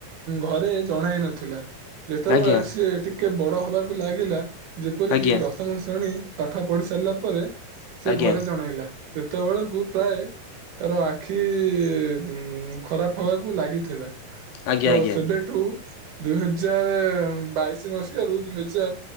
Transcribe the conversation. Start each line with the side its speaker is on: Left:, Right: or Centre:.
Right: ଘରେ ଜଣାଇ ନଥିଲା। ଯେତେବେଳେ
Left: ଆଜ୍ଞା
Right: ସିଏ ଟିକେ ବଡ ହବାକୁ ଲାଗିଲା ଯେପରିକି
Left: ଆଜ୍ଞା
Right: ଦଶମ ଶ୍ରେଣୀ ପାଠ ପଢି ସାରିଲା ପରେ ସେ
Left: ଆଜ୍ଞା
Right: ଘରେ ଜଣେଇଲା ସେତେବେଳକୁ ପ୍ରାୟ ତାର ଆଖି ଉଁ ଖରାପ ହବାକୁ ଲାଗିଥିଲା।
Left: ଆଜ୍ଞା
Right: ତ ସେବେଠୁ ଦୁଇ ହଜାର ବାଇଶି ମସିହାରୁ ଦୁଇ ହଜାର